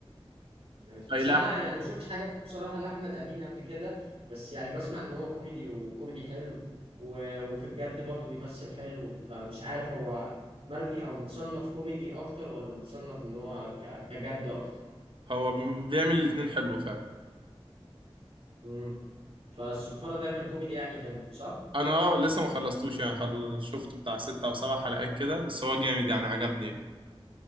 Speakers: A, on the right; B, on the right.
A: ماشي.
B: فيلاقي
A: اصل انا يعني ما شفتش حاجه بصراحه لاحمد امين قبل كده بس يعني بسمع ان هو كوميدي وكوميدي حلو و... وفي الجد برضه بيمثل حلو فمش عارف هو مرمي او متصنف كوميدي اكتر ولا متصنف ان هو ك... كجد اكتر
B: هو بي- بيعمل الاتنين حلو فعلا
A: امم فالصفاره ده كان كوميدي يعني حلو صح
B: انا آه لسه ما خلصتوش يعني خل... شفت بتاع ست او سبع حلقات كده بس هو جامد يعني عجبني